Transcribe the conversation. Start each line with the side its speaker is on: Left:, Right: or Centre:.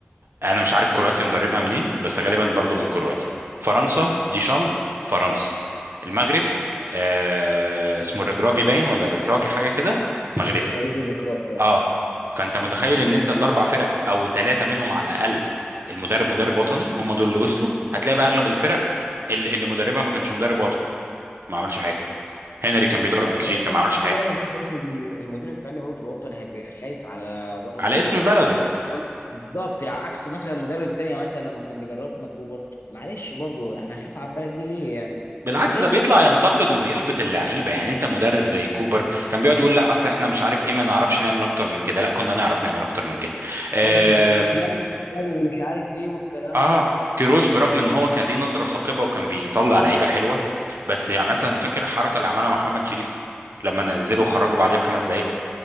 Right: انا مش عارف كرواتيا مدربها منين بس غالبا برضو من كرواتيا فرنسا ديشامب فرنسي المغرب آه اسمه الركراكي باين ولا الركراكي حاجه كده مغربي
Left: وليد الركراف
Right: اه فانت متخيل ان انت الاربع فرق او ثلاثه منهم على الاقل المدرب مدرب وطني هم دول اللي وصلوا هتلاقي بقى اغلب الفرق اللي, اللي مدربها ما كانش مدرب وطني ما عملش حاجه هنري كان
Left: اصل
Right: بيدرب
Left: انا
Right: بلجيكا
Left: دايما
Right: ما عملش
Left: انا
Right: حاجه
Left: دايما شايف إن المدير الفني برضه الوطني هيبقى خايف على برضه
Right: على اسم
Left: يعني
Right: بلده
Left: بالظبط عكس مثلا مدرب تاني مثلا لما كان بيدربنا كوبر معلش برضه انا هخاف على البلد دي ليه يعني
Right: بالعكس
Left: ودايما
Right: ده بيطلع
Left: احس
Right: ينتقد وبيحبط اللعيبه يعني انت مدرب زي كوبر كان بيقعد يقول لا اصل احنا مش عارف ايه ما نعرفش نعمل اكتر من كده لا كنا نعرف نعمل اكتر من كده اه,
Left: هو انت كنت تحلم وتتخيل ومش عارف ايه والكلام
Right: آه
Left: ده
Right: كيروش برغم ان هو كان ليه نظره ثاقبه وكان بيطلع لعيبه حلوه بس يعني مثلا فاكر الحركه اللي عملها محمد شريف لما نزله وخرجه بعديها بخمس دقائق